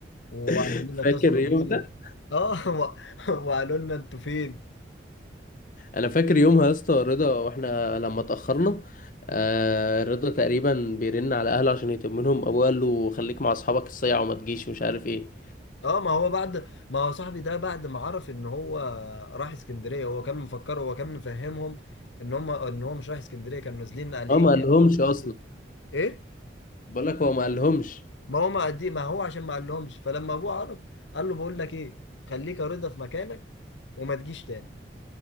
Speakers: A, on the left; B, on the left.
A: واهالينا
B: <laughs>
A: اتصلوا
B: فاكر اليوم
A: بينا
B: ده
A: اه <laughs> و... وقالوا لنا انتوا فين
B: انا فاكر يومها يا اسطى رضا واحنا لما اتاخرنا آه رضا تقريبا بيرن على اهله عشان يطمنهم ابوه قال له خليك مع اصحابك الصيع وما تجيش ومش عارف ايه
A: اه ما هو بعد ما هو صاحبي ده بعد ما عرف ان هو راح اسكندريه هو كان مفكر هو كان مفهمهم ان هم ان هو مش رايح اسكندريه كانوا نازلين قال
B: هو
A: ايه
B: ما قالهمش
A: يعني يقعدوا في
B: اصلا
A: كافيه ايه
B: بقول لك هو ما قالهمش
A: ما هو ما قدي ما هو عشان ما قالهمش فلما ابوه عرف قال له بقول لك ايه خليك يا رضا في مكانك وما تجيش تاني